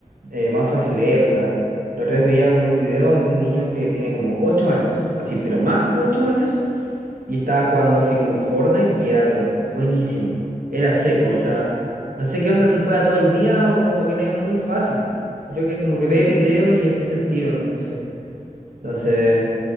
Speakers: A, on the right (about 75°); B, on the left (about 75°).
A: eh, más fácil es, o sea, la otra vez veía como un video de un niño que tiene como 8 años, así, pero máximo 8 años, y estaba jugando así como Fortnite y era, pero buenísimo, era seco,
B: <laughs>
A: o sea, no sé qué onda si juega todo el día o como que le es muy fácil. Yo creo que como que ve
B: Mm,
A: video y entiende el tiro, no sé. Entonces...
B: mm.